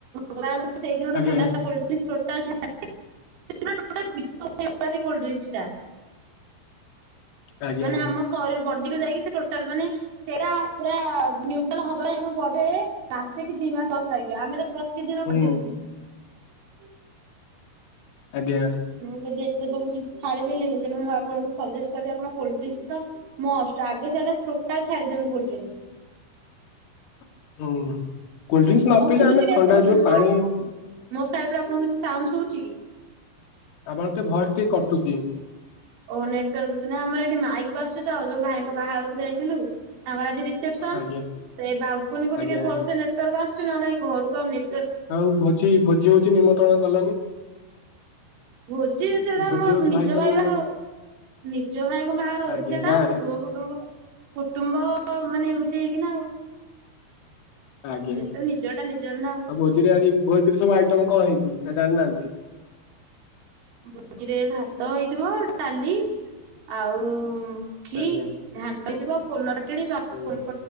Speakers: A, on the right; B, on the left.
A: ଗଲା ଆଳକୁ ସେଇ ଯୋଉ
B: ଆଜ୍ଞା
A: ଥଣ୍ଡା cold drinks total <unintelligible> total <unintelligible> cold drinks ଟା
B: ଆଜ୍ଞା
A: ମାନେ ଆମ ଶରୀ ବଡିକୁ ଯାଇକି ସେ ଟୋଟାଲ ମାନେ ସେଇଟା ପୁରା ନ୍ୟୁଟ୍ରାଲ ହବର ଆମ ବଡିରେ ସାସିକି ଦି ମାସ ଲାଗିବ ଆମେ ତ ପ୍ରତି ଦିନ
B: ହୁଁ
A: ଦେଖୁଛେ
B: ଆଜ୍ଞା
A: ହଁ, ଯଦି ସବୁ କିଛି ଛାଡିଦେଲେଣିି ତେଣୁ ମୁଁ ଆପଣଙ୍କୁ ସଜେଷ୍ଟ କରିବି ଆପଣ କୋଲଡ୍ ଡ୍ରିଙ୍କସ୍‌ ତ ମଷ୍ଟ ଆଗେ ସେଟା ତାହାଲେ ଛାଡିଦିଅନ୍ତୁ କୋଲଡ୍ ଡ୍ରିଙ୍କସ୍‌।
B: ହୁଁ, କୋଲଡ୍ ଡ୍ରିଙ୍କସ୍‌ ନପିଇଲେ
A: ଶୁଭୁଛି
B: ଆମେ
A: କି
B: ଥଣ୍ଡା
A: ଆପଣଙ୍କୁ
B: ଯୋଉ
A: ମୋ
B: ପାଣି
A: ମୋ ସାଇଡରୁ ଆପଣଙ୍କୁ କିଛି ସାଉଣ୍ଡ ଶୁଭୁଛି କି?
B: ଆପଣଙ୍କ ଟି ଭଏସ ଟି କଟୁଛି।
A: ଓ ନେଟୱର୍କ ଇସୁ ନା ଆମର ଏଠି ମାଇକ ବାଜୁଛି ତ ଯୋଉ ଭାଇଙ୍କ ବାହାଘରକୁ ଯାଇଥିଲୁ ତାଙ୍କର ଆ ରିସେପ୍ସନ୍
B: ଆଜ୍ଞା
A: ସେ ବାଲକୁନୀକୁ
B: ଆଜ୍ଞା
A: ଟିକେ ଭଲସେ ନେଟୱାର୍କ୍ ଆସଚି ନହେଲେ ଏଇ ଘରକୁ ଆଉ ନେ
B: ଆଉ ଭୋଜି ଭୋଜି ହୋଉଚି ନିମନ୍ତ୍ରଣ କଲନି?
A: ଭୋଜି ଯେତେବେଳେ
B: ଭୋଜି
A: ମୋ
B: ହଉଛି
A: ନିଜ
B: ଭାଇଙ୍କର
A: ଭାଇ
B: ନିମନ୍ତ୍ରଣ
A: ବାହାହ ନିଜ ଭାଇ କଣ ବାହାଘର ହୋଉଚି
B: ଆଜ୍ଞା
A: ସେଇଟା
B: ଗାଁ
A: କୁଟୁମ୍ବ
B: ରେ
A: କୁଟୁମ୍ବ କୁଟୁମ୍ବ ମ୍ବ ମାନେ ଏମିତି ହେଇକିନା ଆଉ।
B: ଆଜ୍ଞା
A: ଯେତେବେଳେ
B: ଆଉ
A: ନିଜଟା ନିଜର ନା ଆଉ
B: ଭୋଜିରେ ଆଜି ଭୋଜିରେ ସବୁ ଆଇଟମ କଣ ହେଇଚି? ମିଠାଟା ଆଣିନାହାନ୍ତି?
A: ଭୋଜିରେ ଭାତ ହେଇଥିବ ଡାଲି ଆଉ ଖି
B: ଆଜ୍ଞା
A: ଘାଣ୍ଟିଥିବ <unintelligible>
B: ହୁଁ
A: ଫୁଟଣ